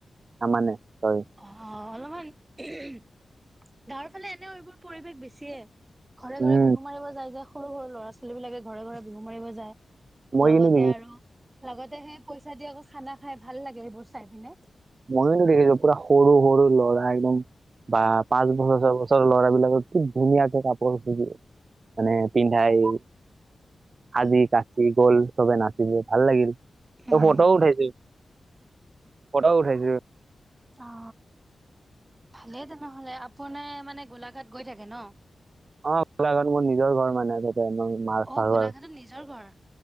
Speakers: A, on the right; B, on the right.
A: নামানে চৰি।
B: অ', অলপমান গাৱৰ ফালে এনেও এইবোৰ পৰিৱেশ বেছিয়ে। ঘৰে ঘৰে
A: উম
B: বিহু মাৰিব যায় যে সৰু সৰু ল'ৰা ছোৱালী বিলাকে ঘৰে ঘৰে বিহু মাৰিব যায়।
A: মই
B: লগতে
A: কিন্তু দেখিছো
B: আৰু লগতে সে পইচা দি আকৌ খানা খাই ভাল লাগে সেইবোৰ চাই পিনে।
A: মইওটো দেখিছো পুৰা সৰু সৰু ল'ৰা একদম বা পাঁচ বছৰ, ছ বছৰ <unintelligible> ল'ৰাবিলাকৰ খুব ধুনীয়াকে কাপোৰ মানে পিন্ধাই
B: হয়
A: আজি কাচি গোল চবে নাচিছে ভাল লাগিল ত',
B: উম
A: ফটোও উঠাইছে। ফটো উঠাইছিল।
B: অ', ভালেই তেনেহ'লে, আপোনাৰ মানে গোলাঘাট গৈ থাকে ন?
A: অ', গোলাঘত মোৰ নিজৰ ঘৰ মানে আগতে মোৰ মাৰ।
B: অ
A: <unintelligible>
B: গোলাঘাটত নিজৰ ঘৰ?